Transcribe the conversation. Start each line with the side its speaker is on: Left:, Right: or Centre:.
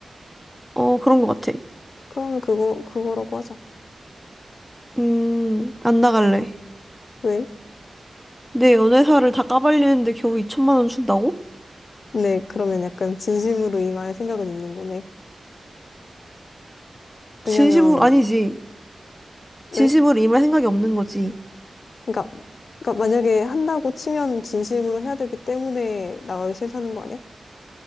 Centre: 어, 그런 것 같아.
Left: 그러면 그거, 그거라고 하자.
Centre: 음, 안 나갈래.
Left: 왜?
Centre: 내 연애사를 다 까발리는데 겨우 2천만 원 준다고?
Left: 네, 그러면 약간 진심으로 임할 생각은 있는 거네.
Centre: 진심으로,
Left: 왜냐면,
Centre: 아니지.
Left: 왜?
Centre: 진심으로 임할 생각이 없는 거지.
Left: 그러니까, 그러니까 만약에 한다고 치면 진심으로 해야 되기 때문에 나가기 싫다는 거 아니야?